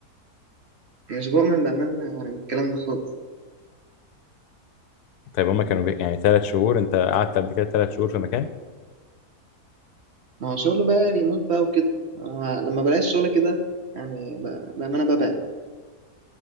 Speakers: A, on the right (about 50°); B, on the left (about 80°).
A: مش بؤمن بامانه يعني بالكلام ده خالص
B: طيب هما كانوا بي... يعني ثلاث شهور انت قعدت قبل كده ثلاث شهور في مكان
A: ما هو شغل بقى ريموت بقى وكده آه، لما بلاقي الشغل كده يعني ب- بامانه ببعد